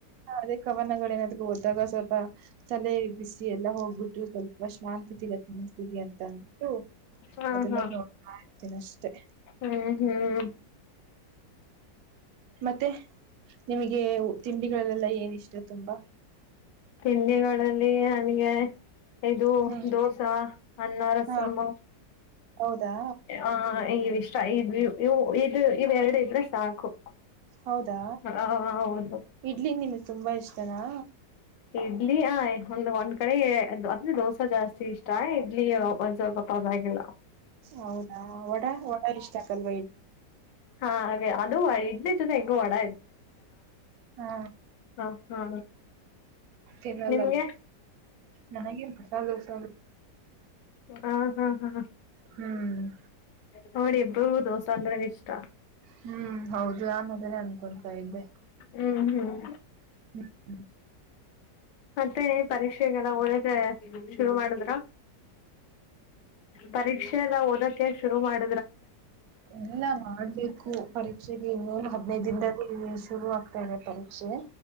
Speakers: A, on the right; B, on the left.
A: ಅದೇ ಕವನಗಳ ಏನಾದ್ರು ಓದ್ದಾಗ. <unintelligible> ತಲೆ ಬಿಸಿ ಎಲ್ಲಾ ಹೋಗ್ಬಿಟ್ಟು ಸ್ವಲ್ಪ ಶಾಂತಿ ಸಿಗತ್ತೆ ಮನಸ್ಸಿಗೆ ಅಂತ ಅಂದ್ಬಿಟ್ಟು
B: ಹಾ
A: ಅದನ್ನ
B: ಹಾ
A: ನೋಡ್ತಾ ಇರ್ತೀನಿ ಅಷ್ಟೆ
B: ಹ್ಮ್ ಹ್ಮ್.
A: ಮತ್ತೆ ನಿಮ್ ಗ ತಿಂಡಿಗಳಲ್ಲೆಲ್ಲ ಏನ್ ಇಷ್ಟ? ತುಂಬ
B: ತಿಂಡಿಗಳಲ್ಲಿ ನನಿಗೆ ಇದು
A: ಹ್ಮ್
B: ದೋಸಾ ಅನ್ನ ರಸಮ್ಮ
A: ಹಾ ಹೌದಾ
B: ಆ ಈಷ್ಟ. ಇ ಇದು ಇವ ಎರಡು ಇದ್ರೆ ಸಾಕು.
A: ಹೌದಾ
B: ಹ ಹೌದು
A: ಇಡ್ಲಿ ನಿಮಗ್ ತುಂಬಾ ಇಷ್ಟನಾ.
B: ಇಡ್ಲಿ ಆ ಒಂದಂದು್ ಒಂದ್ ಕಡೆ ಅಂದ್ರೆ ದೋಸೆ ಜಾಸ್ತಿ ಇಷ್ಟ ಇಡ್ಲಿ ಒಸಗಪ್ಪ ಅಾಗಿಲ್ಲ.
A: ಹೌದಾ ಒಡ ಒಡ ಇಷ್ಟ ಆಕಲ್ಲ.
B: ಹಾ ಹಾಗೆ ಅದು. ಎ ಚ ತಂಗ ಮ ಮಾಡಡ.
A: ಹಾ
B: ಹ ಹಾ
A: ತಿನ್ನಲ್ಲ
B: ನಿಮ್ಗೆ
A: ನನಗೆ ಮಸಾಲೆ ದೋಸ.
B: ಹ್ಮ ಹ್ಮ್ ಹ್ಮ್.
A: ಹ್ಮ್.
B: ನೋಡಿಬೌದು ಚಂದ್ರ ಇಷ್ಟ.
A: ಹ್ಮ್ ಹೌದು ನನ್ ಅದನೇ ಅನ್ಕೊಳ್ತಾ ಇದ್ದೆ
B: ಹ್ಮ್ ಹ್ಮ್
A: ಹ್ಮ.
B: ಮತ್ತೆ ಪರೀಕ್ಷೆಗಳಲ್ಲ ಓದಕ್ಕೆ ಶುರು ಮಾಡಿದ್ರ. ಪರೀಕ್ಷೆಲ್ಲಾ. ಶುರು ಮಾಡ.
A: ಎಲ್ಲ ಮಾಡ್ಬೇಕು ಪರೀಕ್ಷೆಗೆ ಇನ್ನೊ ಹದ್ಿನೈದ ದಿನ. ಶುರು ಆಗ್ತನೆ ಪರಿಕ್ಷೆ. ಸು